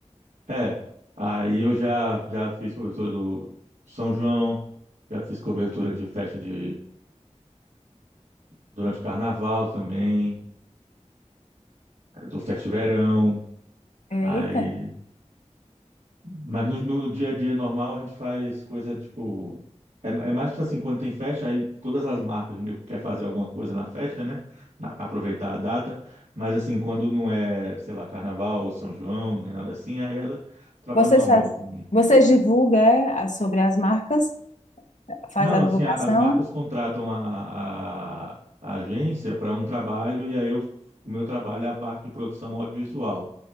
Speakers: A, on the right; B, on the left.
A: É, aí eu já já fiz cobertura do São João, já fiz cobertura de festa de durante o carnaval também, do Festa Verão.
B: Eita.
A: Aí Mas no, no dia a dia normal a gente faz coisa tipo. É, é mais tipo assim, quando tem festa, aí todas as marcas meio que quer fazer alguma coisa na festa, né? Na- aproveitar a data. Mas assim, quando não é, sei lá, carnaval ou São João, nem nada assim, aí é trabalho
B: Vocês,
A: normal,
B: faz-
A: com
B: vocês divulgam é, a- sobre as marcas, faz
A: Não,
B: a
A: assim,
B: divulgação.
A: a- as marcas contratam a, a- a agência para um trabalho e aí eu, o meu trabalho é a parte de produção audiovisual,